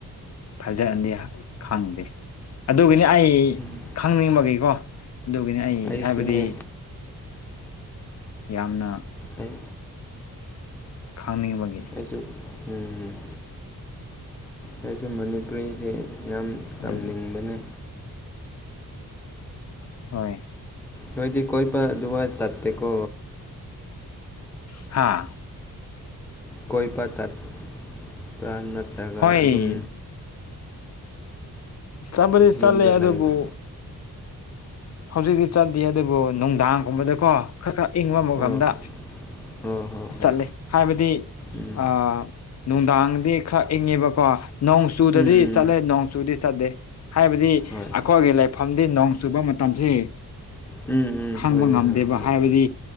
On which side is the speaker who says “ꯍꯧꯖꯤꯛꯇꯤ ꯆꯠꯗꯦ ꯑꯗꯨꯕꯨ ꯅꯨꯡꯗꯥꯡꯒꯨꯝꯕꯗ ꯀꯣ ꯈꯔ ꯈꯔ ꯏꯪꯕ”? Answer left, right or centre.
Left